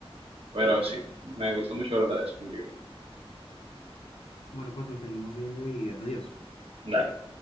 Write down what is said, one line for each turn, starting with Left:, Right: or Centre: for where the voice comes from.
Right: Pero sí, me gustó mucho hablar de eso contigo.
Left: Bueno, pues nos seguimos viendo y adiós.
Right: Dale.